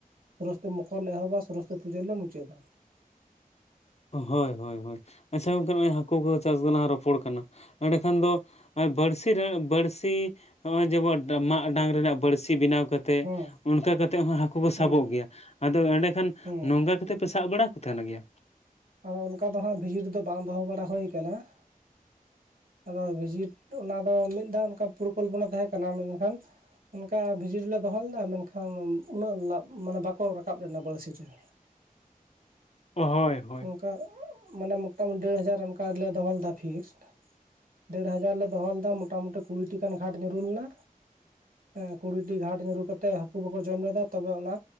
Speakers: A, on the right; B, on the left.
A: ᱥᱚᱨᱚᱥᱚᱛᱤ ᱢᱚᱠᱚᱨ ᱞᱮ ᱮᱦᱚᱵᱟ ᱥᱚᱨᱚᱥᱚᱛᱤ ᱯᱩᱡᱟᱹ ᱨᱮᱞᱮ ᱢᱩᱪᱟᱹᱫᱟ ᱾
B: ᱦᱳᱭ ᱦᱳᱭ ᱦᱳᱭ ᱟᱪᱪᱷᱟ ᱜᱚᱝᱠᱮ ᱱᱚᱜᱼᱭ ᱦᱟᱹᱠᱩ ᱠᱚ ᱪᱟᱥ ᱜᱮ ᱞᱟᱝ ᱨᱚᱯᱚᱲ ᱠᱟᱱᱟ ᱮᱸᱰᱮᱠᱷᱟᱱ ᱫᱚ ᱱᱚᱜ-ᱚᱭ ᱵᱟᱹᱲᱥᱤ ᱵᱟᱹᱲᱥᱤ ᱱᱚᱜᱼᱚᱭ ᱡᱮᱢᱚᱱ ᱢᱟᱜ ᱰᱟᱝ ᱨᱮᱱᱟᱜ ᱵᱟᱹᱲᱥᱤ ᱵᱮᱱᱟᱣ ᱠᱟᱛ ᱛᱮ
A: ᱦᱩᱸ
B: ᱚᱱᱠᱟ ᱠᱟᱛᱮ ᱦᱚᱸ ᱦᱟᱹᱠᱩ ᱠᱚ
A: ᱦᱩᱸ
B: ᱥᱟᱵᱚᱜ ᱜᱮᱭᱟ ᱟᱫᱚ ᱮᱸᱰᱮ ᱠᱷᱟᱱ
A: ᱦᱩᱸ
B: ᱱᱚᱝᱠᱟ ᱠᱟᱛᱮ ᱯᱮ ᱥᱟᱵ ᱵᱟᱲᱟ ᱠᱚ ᱠᱚ ᱛᱟᱦᱮᱱᱟ ᱜᱮᱭᱟ?
A: ᱟᱫᱚ ᱚᱱᱠᱟ ᱫᱚ ᱦᱟᱸᱜ ᱵᱷᱤᱡᱤᱴ ᱫᱚ ᱵᱟᱝ ᱫᱚᱦᱚ ᱵᱟᱲᱟ ᱦᱳᱭ ᱠᱟᱱᱟ ᱾ ᱟᱫᱚ ᱵᱷᱤᱡᱤᱴ ᱚᱱᱟ ᱫᱚ ᱢᱤᱫ ᱫᱷᱟᱣ ᱚᱱᱠᱟ ᱯᱚᱨᱤᱠᱚᱞᱯᱚᱱᱟ ᱛᱟᱦᱮᱸ ᱠᱟᱱᱟ ᱢᱮᱱᱠᱷᱟᱱ ᱚᱱᱠᱟ ᱵᱷᱤᱡᱤ ᱨᱮᱞᱮ ᱫᱚᱦᱚ ᱞᱮᱫᱟ ᱢᱮᱱᱠᱷᱟᱱ ᱩᱱᱟᱹᱜ ᱞᱟᱜ ᱢᱟᱱᱮ ᱵᱟᱠᱚ ᱨᱟᱠᱟᱵ ᱞᱮᱱᱟ ᱵᱟᱹᱲᱥᱤ ᱨᱮᱦᱚᱸ᱾
B: ᱦᱳᱭ ᱦᱚ
A: ᱚᱱᱠᱟ ᱢᱟᱱᱮ ᱢᱚᱴᱟᱢᱩᱴᱤ ᱰᱮᱲ ᱦᱟᱡᱟᱨ ᱚᱱᱠᱟᱞᱮ ᱫᱚᱦᱚ ᱞᱮᱫᱟ ᱯᱷᱤᱠᱥᱴ᱾ ᱰᱮᱲ ᱦᱟᱡᱟᱨ ᱞᱮ ᱫᱚᱦᱚ ᱞᱮᱫᱟ ᱢᱚᱴᱟᱢᱩᱴᱤ ᱠᱩᱲᱤᱴᱤ ᱜᱟᱱ ᱜᱷᱟᱴ ᱧᱩᱨᱩ ᱞᱮᱱᱟ᱾ ᱮᱸ ᱠᱩᱲᱤᱴᱤ ᱜᱷᱟᱴ ᱧᱩᱨᱩ ᱠᱟᱛᱮ ᱦᱟᱠᱩ ᱵᱟᱠᱚ ᱡᱚᱢ ᱞᱮᱫᱟ ᱛᱚᱵᱮ ᱚᱱᱟ